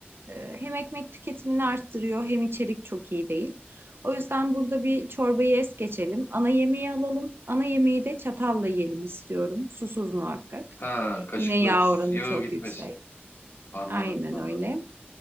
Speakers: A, on the right; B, on the left.
A: Ee, Hem ekmek tüketimini arttırıyor hem içerik çok iyi değil. O yüzden burada bir çorbayı es geçelim. Ana yemeği alalım. Ana yemeği de çatalla yiyelim istiyorum. Susuz muhakkak.
B: Ha, kaşıkla
A: Yine yağ oranı
B: yağı
A: çok
B: gitmesin.
A: yüksek.
B: Anladım,
A: Aynen
B: anladım.
A: öyle.